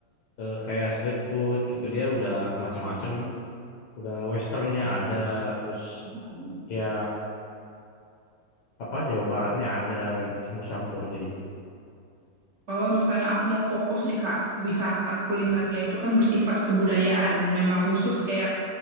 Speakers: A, on the left (about 70°); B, on the right (about 50°).
A: eh, kayak street food gitu dia udah macem-macem. Udah westernnya ada terus
B: Hmm.
A: ya apa Jawa Baratnya ada gitu campur-campur jadinya.
B: Kalau misalnya aku mau fokus nih Kak,
A: Hmm.
B: wisata kulinernya itu kan bersifat kebudayaan. Memang khusus kayak